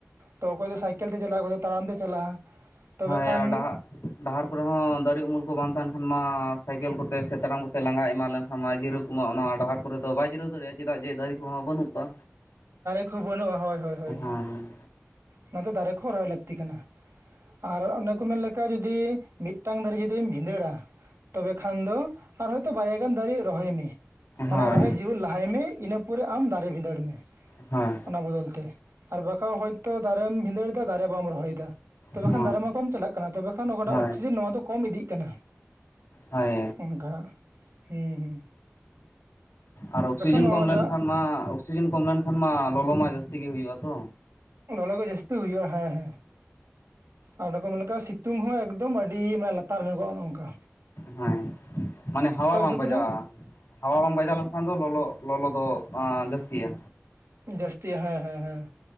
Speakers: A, on the right; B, on the left.
A: ᱛᱚ ᱚᱠᱚᱭ ᱫᱚ ᱥᱟᱭᱠᱮᱞ ᱛᱮ ᱪᱟᱞᱟᱜᱼᱟ ᱚᱠᱚᱭ ᱫᱚ ᱛᱟᱲᱟᱢ ᱛᱮ ᱪᱟᱞᱟᱜᱼᱟ᱾ ᱛᱚᱵᱮ
B: ᱦᱚᱭᱟ
A: ᱠᱷᱟᱱ
B: ᱰᱟᱦᱟᱜ ᱰᱟᱦᱟᱨ ᱠᱚᱨᱮ ᱦᱚᱸ ᱫᱟᱨᱮ ᱩᱢᱩᱞ ᱠᱚ ᱵᱟᱝ ᱛᱟᱦᱮᱱ ᱠᱷᱟᱱ ᱢᱟ ᱥᱟᱭᱠᱮᱞ ᱠᱚᱛᱮ ᱥᱮ ᱛᱟᱲᱟᱢ ᱠᱚᱛᱮ ᱞᱟᱸᱜᱟ ᱮᱢᱟᱱ ᱞᱮᱱᱠᱷᱟᱱ ᱢᱟ ᱡᱤᱨᱟᱣ ᱚᱱᱟ ᱰᱟᱦᱟᱨ ᱠᱚᱨᱮ ᱫᱚ ᱵᱟᱭ ᱡᱤᱨᱟᱹᱣ ᱫᱟᱲᱮᱭᱟᱜᱼᱟ ᱪᱮᱫᱟᱜ ᱡᱮ ᱫᱟᱨᱮ ᱠᱚᱦᱚᱸ ᱵᱟᱹᱱᱩᱜ ᱠᱚᱣᱟ᱾
A: ᱠᱷᱩ ᱵᱟᱹᱱᱩᱜᱼᱟ ᱦᱳᱭ ᱦᱳᱭ ᱦᱳᱭ
B: ᱦᱮᱸ
A: ᱚᱱᱟᱛᱮ ᱫᱟᱨᱮ ᱠᱚ ᱦᱚᱸ ᱨᱚᱦᱚᱭ ᱞᱟᱹᱠᱛᱤ ᱠᱟᱱᱟ᱾ ᱟᱨ ᱚᱱᱮ ᱠᱚ ᱢᱮᱱ ᱞᱮᱠᱷᱷᱟ ᱡᱩᱫᱤ ᱢᱤᱫᱴᱟᱝ ᱫᱟᱨᱮ ᱡᱩᱫᱤᱢ ᱵᱷᱤᱸᱫᱟᱹᱲᱟ ᱛᱚᱵᱮ ᱠᱷᱟᱱ ᱫᱚ ᱟᱨ ᱦᱚᱭᱛᱳ ᱵᱟᱨ ᱜᱟᱱ ᱫᱟᱨᱮ ᱨᱚᱦᱚᱭ ᱢᱮ ᱢᱟᱱᱮ
B: ᱦᱳᱭ
A: ᱨᱚᱦᱚᱭ ᱡᱮᱣᱮᱫ ᱞᱟᱦᱟᱭ ᱢᱮ ᱤᱱᱟᱹ ᱯᱚᱨᱮ ᱟᱢ ᱫᱟᱨᱮ ᱵᱷᱸᱤᱫᱟᱹᱲ ᱢᱮ
B: ᱦᱳᱭ
A: ᱚᱱᱟ ᱵᱚᱫᱚᱞ ᱛᱮ ᱟᱨ ᱵᱟᱠᱷᱟᱡ ᱦᱚᱭᱛᱚ ᱫᱟᱨᱮᱢ ᱵᱷᱤᱸᱫᱟᱹᱲ ᱫᱟᱨᱮ ᱵᱟᱢ ᱨᱚᱦᱚᱭᱮᱫᱟ ᱛᱚᱵᱮ
B: ᱦᱳᱭ
A: ᱠᱷᱟᱱ ᱫᱟᱨᱮ ᱢᱟ ᱠᱚᱢ ᱪᱟᱞᱟᱜ ᱠᱟᱱᱟ ᱛᱚᱵᱮᱠᱷᱟᱱ ᱚᱠᱟᱴᱟᱜ
B: ᱦᱳᱭ
A: ᱚᱠᱥᱤᱡᱮᱱ ᱱᱚᱣᱟ ᱫᱚ ᱠᱚᱢ ᱤᱫᱤᱜ ᱠᱟᱱᱟ
B: ᱦᱳᱭ
A: ᱚᱱᱠᱟ ᱦᱩᱸ ᱦᱩᱸ
B: ᱟᱨ ᱚᱠᱥᱤᱡᱮᱱ
A: ᱱᱚᱣᱟ
B: ᱠᱚᱢ
A: ᱡᱟ
B: ᱞᱮᱱᱠᱷᱟᱱ ᱢᱟ ᱚᱠᱥᱤᱡᱮᱱ ᱠᱚᱢ ᱞᱮᱱᱠᱷᱟᱱ ᱢᱟ ᱞᱚᱞᱚ ᱢᱟ ᱡᱟᱹᱥᱛᱤᱜ ᱜᱮ ᱦᱩᱭᱩᱜᱼᱟ ᱛᱚ
A: ᱞᱚᱞᱚ ᱜᱮ ᱡᱟᱹᱥᱛᱤ ᱦᱩᱭᱩᱜᱼᱟ ᱦᱮᱸ ᱦᱮᱸ ᱟᱨ ᱠᱚ ᱢᱮᱱ ᱞᱮᱠᱟ ᱥᱤᱛᱩᱝ ᱦᱚᱸ ᱮᱠᱫᱚᱢ ᱟᱹᱰᱤ ᱢᱟᱱᱮ ᱞᱟᱛᱟᱨ ᱧᱚᱜᱼᱟ ᱱᱚ ᱱᱚᱝᱠᱟ
B: ᱦᱮᱸ ᱢᱟᱱᱮ ᱦᱟᱣᱟ ᱵᱟᱝ
A: ᱡᱩᱜᱽ
B: ᱵᱟᱡᱟᱜᱼᱟ
A: ᱨᱮ
B: ᱦᱟᱣᱟ ᱵᱟᱝ ᱵᱟᱡᱟᱣ ᱞᱮᱱᱠᱷᱟᱱ ᱫᱚ ᱞᱚᱞᱚ ᱫᱚ ᱡᱟᱹᱥᱛᱤᱜᱟ᱾
A: ᱡᱟᱹᱥᱛᱤᱜ-ᱟ ᱦᱮᱸ ᱦᱮᱸ ᱦᱮᱸ